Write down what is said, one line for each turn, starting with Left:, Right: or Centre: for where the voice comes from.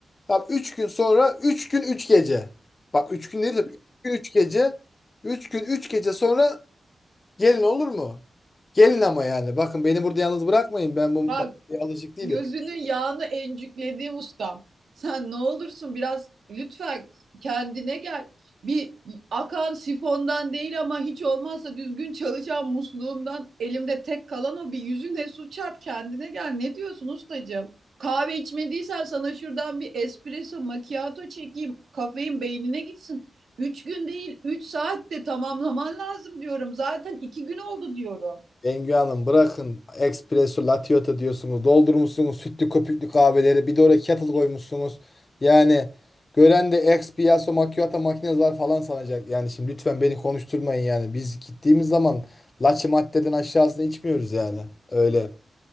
Left: Tamam 3 gün sonra 3 gün 3 gece. Bak 3 gün değil de 3 gün 3 gece. üç gün 3 gece sonra gelin olur mu? Gelin ama yani. Bakın beni burada yalnız bırakmayın. Ben bu maddeye
Right: Bak
Left: alışık değilim.
Right: gözünün yağını encüklediğim ustam. Sen ne olursun biraz lütfen kendine gel. Bir akan sifondan değil ama hiç olmazsa düzgün çalışan musluğumdan elimde tek kalan o bir yüzüne su çarp kendine gel. Ne diyorsun ustacığım? Kahve içmediysen sana şuradan bir espresso macchiato çekeyim. Kafein beynine gitsin. Üç gün değil, üç saatte tamamlaman lazım diyorum. Zaten iki gün oldu diyorum.
Left: Bengü Hanım bırakın. Espresso, latte diyorsunuz. Doldurmuşsunuz sütlü köpüklü kahveleri. Bir de oraya kettle koymuşsunuz. Yani gören de espresso macchiato makineler falan sanacak. Yani şimdi lütfen beni konuşturmayın yani. Biz gittiğimiz zaman laçı maddeden aşağısını içmiyoruz yani. Öyle.